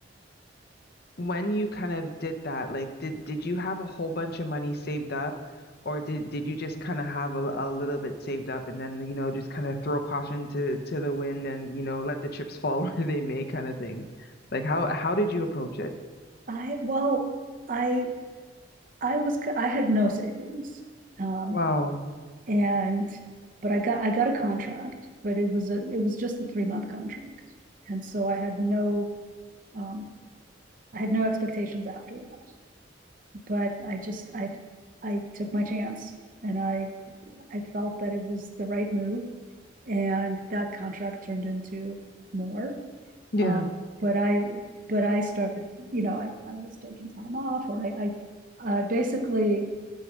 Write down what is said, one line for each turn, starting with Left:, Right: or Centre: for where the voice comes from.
Left: when you kind of did that, like did did you have a whole bunch of money saved up, or did did you just kind of have a, a little bit saved up and then you know just kind of throw caution to to the wind and you know let the chips fall <laughs> where they may kind of thing? Like how how did you approach it?
Right: <laughs> I, well, I, I was, I had no savings. Um,
Left: Wow.
Right: and but I got I got a contract, but it was a it was just a three month contract, and so I had no um, I had no expectations after that. But I just I I took my chance, and I I felt that it was the right move, and that contract turned into more.
Left: Yeah.
Right: Um, but I but I started you know I, I was taking time off, or I I uh, basically